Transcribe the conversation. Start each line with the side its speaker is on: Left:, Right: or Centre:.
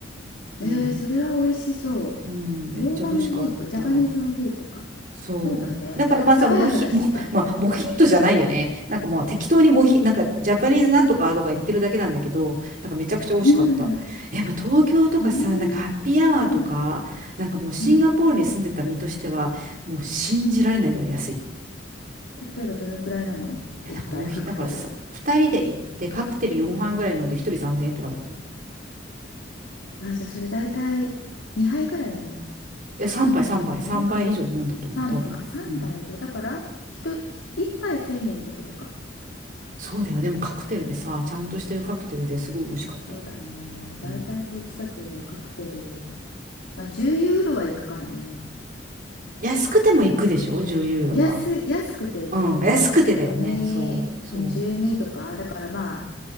Right: もう、
Left: えー、それは美味しそ
Right: うん、めっちゃ美味しかった。
Left: う。大葉モヒート、ジャパニーズモヒートか。
Right: そう。
Left: そうだね。
Right: だからまあそのモヒ、
Left: だって爽やかだしね。
Right: もまあ、モヒートじゃないよね。なんかまあ適当にモヒ、なんかジャパニーズなんとかとか言ってるだけなんだけど、なんかめちゃくちゃ美味しかった。
Left: うん。
Right: やっぱ東京とかさ、
Left: うん。
Right: なんかハッピーアワーとか、
Left: うん。
Right: なんかもうシンガポールに住んでた身としては、
Left: うん。
Right: もう信じられないぐらい安い。
Left: 例えばどのくらいなの一杯カクテル。
Right: え、なんかモヒ、なんかさ、2人で行ってカクテル4杯ぐらい飲んで1人3000円とかだったよ。
Left: あ、じゃあそれ大体2杯ぐらいの。
Right: え、
Left: あ、
Right: 3倍3倍3倍以上飲んだと思う、
Left: でもどうだろう。さ三あ、
Right: 多分。
Left: 3杯で。
Right: うん。
Left: だから、ひとひ一杯1000円ってことか。
Right: そうだよ。でもカクテルでさ、ちゃんとしてるカクテルですごい美味しかった。
Left: そうだね。大体こっちだとカクテル。
Right: うん
Left: まあ10ユーロはいくからね。
Right: 安くても行くでしょ ?10 ユーロは。
Left: 安い、安くていくね。
Right: うん。安くてだよね。
Left: 12、
Right: そう、そう、
Left: うん12とか。だからまあ